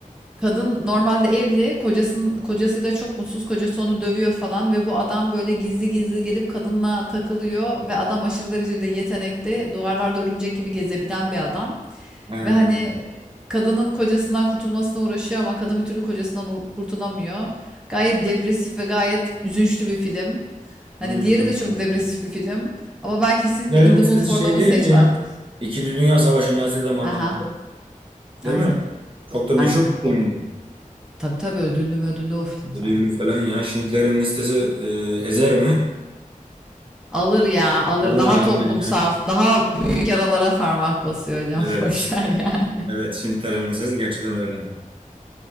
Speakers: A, in the centre; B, on the right (about 40°).
A: Kadın normalde evli, kocasının kocasıyla çok mutsuz, kocası onu dövüyor falan ve bu adam böyle gizli gizli gelip kadınla takılıyor ve adam aşırı derecede yetenekli, duvarlarda örümcek gibi gezebilen bir adam.
B: ha,
A: Ve hani kadının kocasından kurtulmasına uğraşıyor ama kadın bir türlü kocasından uğ- kurtulamıyor. Gayet depresif ve gayet üzünçlü bir film. Hani
B: hmm.
A: diğeri de çok depresif bir film ama ben kesinlikle
B: Derin
A: In the
B: listesi
A: Mood for
B: şey
A: Love'ı
B: değil
A: seçmezdim.
B: mi ya? İkinci Dünya Savaşı Nazi zamanlarında.
A: Aha,
B: Değil
A: aynen.
B: mi? Çok da meşhur
A: Aynen
B: bir
A: o.
B: film bu.
A: Tabii tabii ödüllü ödüllü o film
B: Ödüllü
A: zaten.
B: falan ya. Schindler'in listesi e, ezer mi?
A: Alır ya, alır.
B: Alır
A: Daha
B: ya
A: toplumsal,
B: bence.
A: daha büyük yaralara parmak basıyor hocam.
B: Evet.
A: <laughs> Boş ver yani.
B: Evet, Schindler'in listesi gerçekten öyle.